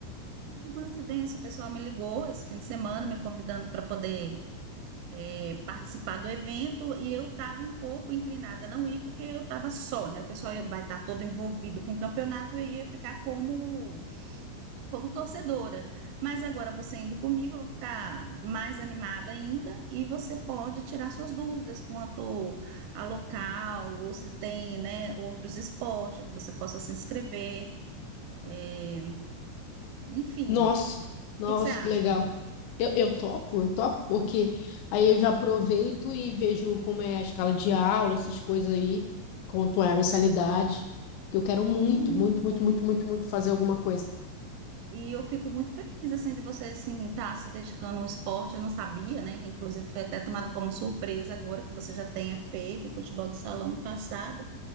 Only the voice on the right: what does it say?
Por coincidência, o pessoal me ligou esse fim de semana, me convidando para poder eh, participar do evento, e eu estava um pouco inclinada a não ir, porque eu estava só, né? O pessoal ia- vai estar todo envolvido com o campeonato e eu ia ficar como, como torcedora. Mas agora você indo comigo, eu vou ficar mais animada ainda, e você pode tirar suas dúvidas quanto a local, ou se tem, né, outros esportes que você possa se inscrever, eh, enfim.
O
que que você acha?
Ah, Muito
bom.
E eu fico muito feliz assim de você assim estar se dedicando ao esporte. Eu não sabia, né? que Inclusive foi até tomado como surpresa agora que você já tenha feito o futebol de salão no passado.